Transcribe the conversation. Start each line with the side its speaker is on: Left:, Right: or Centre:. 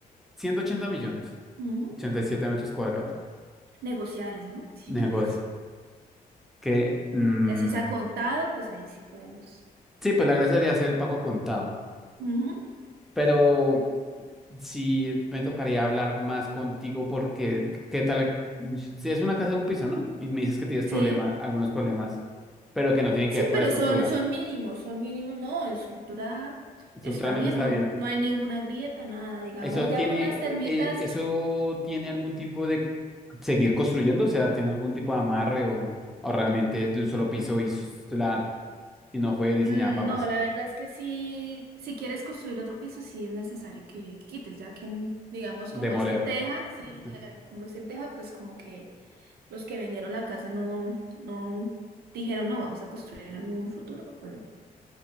Centre: ciento ochenta millones.
Right: Ujú.
Centre: ochenta y siete metros cuadrados.
Right: Negociables, ¿no? Si
Centre: Negocio.
Right: quieres.
Centre: Que, mm,
Right: Y así se ha contado, pues ahí sí podemos.
Centre: sí, pues la gracia sería hacer el pago a contado.
Right: Ujú.
Centre: Pero sí me tocaría hablar más contigo porque, ¿qué tal? Si es una casa de un piso, ¿no? Y me dices que tienes
Right: Sí,
Centre: problemas, algunos problemas, pero que no tienen
Right: sí,
Centre: que ver con
Right: pero
Centre: la estructura.
Right: son, son mínimos, son mínimos, no, estructura
Centre: Estructuralmente
Right: está bien,
Centre: está
Right: no,
Centre: bien.
Right: no hay ninguna grieta, nada, digamos,
Centre: ¿Eso
Right: ya
Centre: tiene,
Right: con las
Centre: e-
Right: termitas
Centre: e, eso
Right: es
Centre: tiene algún tipo de seguir construyendo? O sea, ¿tiene algún tipo de amarre o, o realmente es de un solo piso y, sus- la, y no fue diseñada
Right: Mm,
Centre: para más
Right: No, la verdad es que sí, si quieres construir otro piso, sí es necesario que, que quites, ya que, en- digamos, como
Centre: demoler?
Right: es en teja, sí,
Centre: O
Right: ya como es en teja, pues como que los que vendieron la casa no, no dijeron, no, vamos a construir en un futuro, pues no.